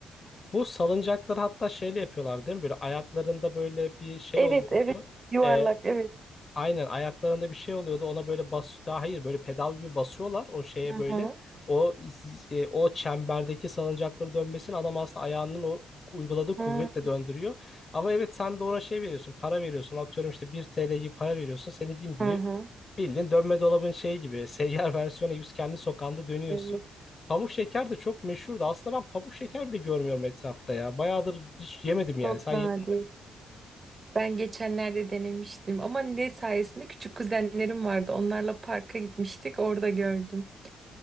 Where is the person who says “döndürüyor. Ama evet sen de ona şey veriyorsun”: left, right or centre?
Left